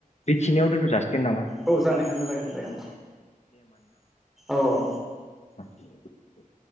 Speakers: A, on the left; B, in the centre.
A: बेखिनियाव दोनथ जासिगोन ना
B: औ जागोन दे जागोन दे जागोन औ औ
A: आ <inaudible>